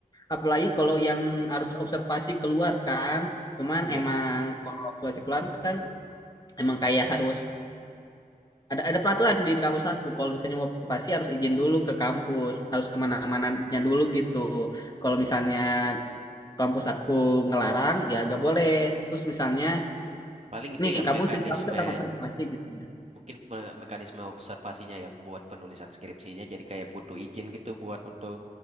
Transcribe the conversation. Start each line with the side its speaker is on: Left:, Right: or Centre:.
Left: apalagi kalau yang harus observasi keluar kan cuman
Right: Ya,
Left: emang kalau observasi keluar kan emang kayak harus ada ada peraturan di, di kampus aku kalau misalnya mau observasi harus izin dulu ke kampus harus kemana-mananya dulu gitu kalau misalnya kampus aku ngelarang ya gak boleh terus misalnya
Right: paling itu
Left: nih
Right: ya
Left: kamu
Right: mekanisme
Left: kamu tentang observasi gitu ya
Right: Mungkin me- mekanisme observasinya ya membuat penulisan skripsinya jadi kayak butuh izin gitu buat untuk